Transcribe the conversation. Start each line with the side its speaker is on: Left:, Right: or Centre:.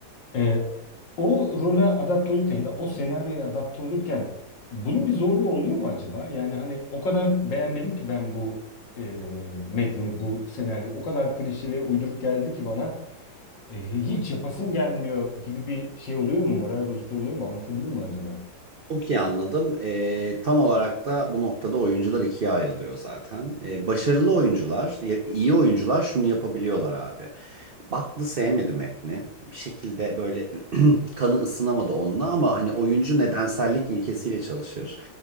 Left: e, o role adapte olurken ya da o senaryoya adapte olurken bunun bir zorluğu oluyor mu acaba? Yani hani o kadar beğenmedim ki ben bu e, metni, bu senaryo. O kadar klişe ve uyduruk geldi ki bana e, hiç yapasım gelmiyor gibi bir şey oluyor mu? Moral bozukluğu oluyor mu? Anlatabildim mi acaba?
Right: Çok iyi anladım. Ee, tam olarak da bu noktada oyuncular ikiye ayrılıyor zaten. Ee, başarılı oyuncular, ya- iyi oyuncular şunu yapabiliyorlar abi. Baktı sevmedi metni. Bir şekilde böyle <clears throat> kanı ısınamadı onunla ama hani oyuncu nedensellik ilkesiyle çalışır.